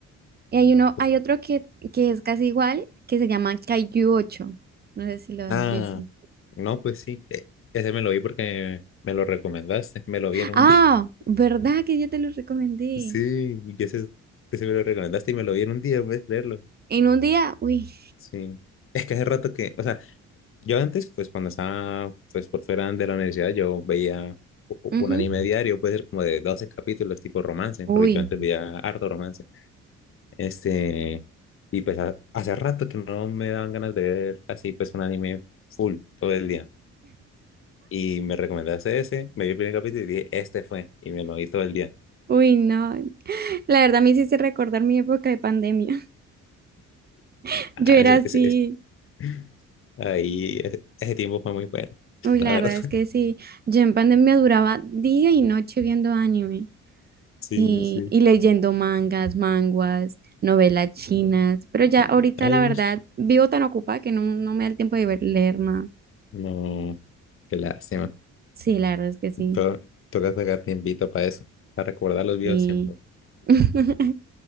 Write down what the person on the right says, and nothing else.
Y hay uno,
hay otro que, que es casi igual, que se llama Kaiju 8. No sé si lo has
visto.
Ah,
¿verdad que yo te lo recomendé?
En un día, uy.
ujú,
Uy.
Uy, no. La verdad me hiciste recordar mi época de pandemia. <laughs>
Yo era
así.
Uy,
la
verdad
es que sí, yo en pandemia duraba día y noche viendo anime
y,
y leyendo mangas, manguas, novelas chinas, pero ya ahorita
la verdad vivo tan ocupada que no, no me da el tiempo de ver- leer nada.
Sí, la verdad es que sí,
sí.
<laughs>